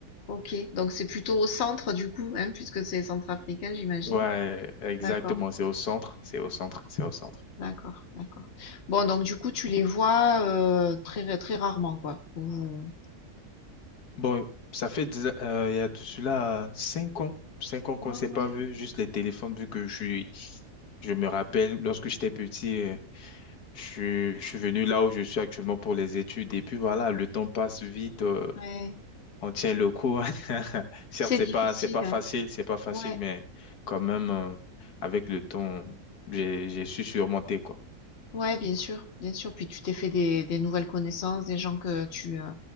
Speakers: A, on the left; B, on the left.
A: OK, donc c'est plutôt au centre du coup, hein, puisque c'est centrafricain, j'imagine.
B: Ouais, exactement,
A: D'accord,
B: c'est au centre, c'est au centre, c'est au centre.
A: d'accord, d'accord. Bon, donc du coup, tu les vois euh, très très rarement, quoi. Vous-
B: Bon, ça fait dix- euh, il y a de cela cinq ans, cinq ans qu'on
A: Ouais,
B: ne s'est
A: ouais,
B: pas vu, juste les téléphones, vu que je suis, je me rappelle lorsque j'étais petit, euh, je, suis- je suis venu là où je suis actuellement pour les études, et puis voilà, le temps passe vite, euh,
A: ouais.
B: on tient le coup. <laughs> Certes,
A: C'est
B: c'est
A: difficile,
B: pas, c'est pas facile,
A: hein.
B: c'est pas facile,
A: Ouais,
B: mais quand même, euh, avec le temps, j'ai, j'ai su surmonter, quoi.
A: ouais, bien sûr, bien sûr. Puis tu t'es fait des, des nouvelles connaissances, des gens que tu, euh,